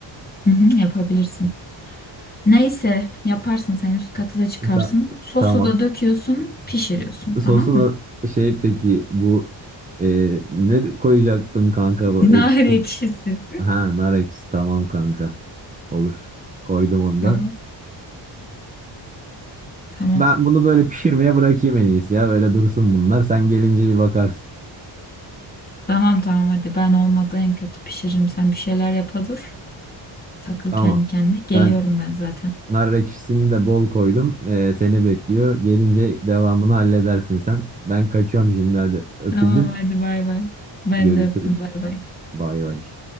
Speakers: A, on the left (about 20°); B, on the right (about 15°).
A: Hı hı, yapabilirsin. Neyse yaparsın sen üst katı da çıkarsın.
B: Ta-
A: Sosu
B: tamam.
A: da döküyorsun, pişiriyorsun tamam
B: Sosuna
A: mı?
B: şey peki bu e, ne koyacaktım kanka
A: <laughs>
B: bu ek
A: Nar ekşisi.
B: ha nar ekşisi tamam kanka. Olur. Koydum onu
A: Tamam.
B: da.
A: Tamam.
B: Ben bunu böyle pişirmeye bırakayım en iyisi ya. Böyle dursun bunlar. Sen gelince bir bakarsın.
A: Tamam tamam hadi ben olmadı en kötü pişiririm. Sen bir şeyler yapa dur. Takıl
B: Tamam.
A: kendi kendine. Geliyorum
B: Ben
A: ben zaten.
B: Nar ekşisini de bol koydum. Ee, seni bekliyor. Gelince devamını halledersin sen. Ben kaçıyorum şimdi hadi. Öpüldün.
A: Tamam hadi bay bay. Ben
B: Görüşürüz.
A: de öptüm bay bay.
B: Bay bay.